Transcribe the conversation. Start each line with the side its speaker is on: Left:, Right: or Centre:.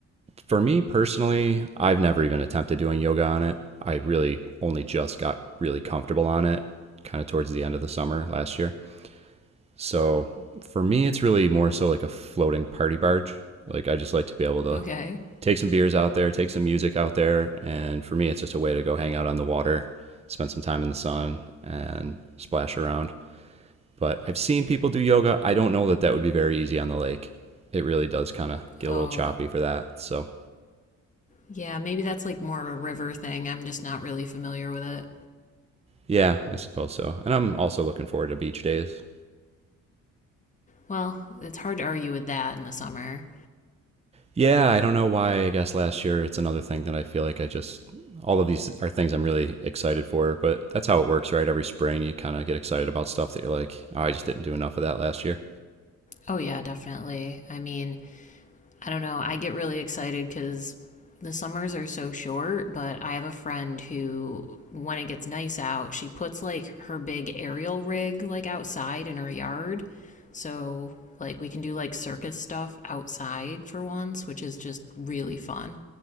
Right: For me personally, I've never even attempted doing yoga on it. I really only just got really comfortable on it kind of towards the end of the summer last year. So for me, it's really more so like a floating party barge. Like I just like to be able to
Left: Okay.
Right: take some beers out there, take some music out there. And for me, it's just a way to go hang out on the water, spend some time in the sun, and splash around. But I've seen people do yoga. I don't know that that would be very easy on the lake. It really does kind of get
Left: Oh.
Right: a little choppy for that. So
Left: Yeah, maybe that's like more of a river thing. I'm just not really familiar with it.
Right: Yeah, I suppose so. And I'm also looking forward to beach days.
Left: Well, it's hard to argue with that in the summer.
Right: Yeah, I don't know why. I guess last year it's another thing that I feel like I just all of these are things I'm really excited for, but that's how it works, right? Every spring you kind of get excited about stuff that you're like, oh, I just didn't do enough of that last year.
Left: Oh, yeah, definitely. I mean, I don't know. I get really excited because the summers are so short, but I have a friend who, when it gets nice out, she puts like her big aerial rig like outside in her yard. So, like, we can do like circus stuff outside for once, which is just really fun.